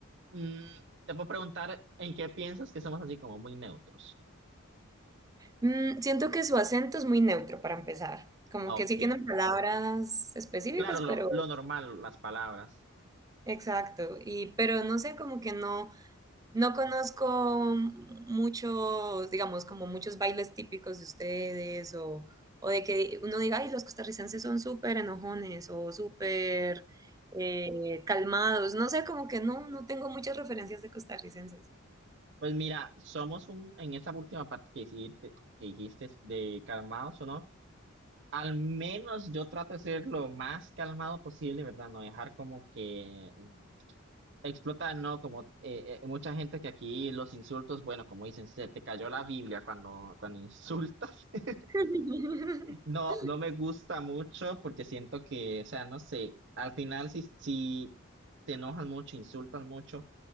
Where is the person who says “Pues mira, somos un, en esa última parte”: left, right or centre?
Right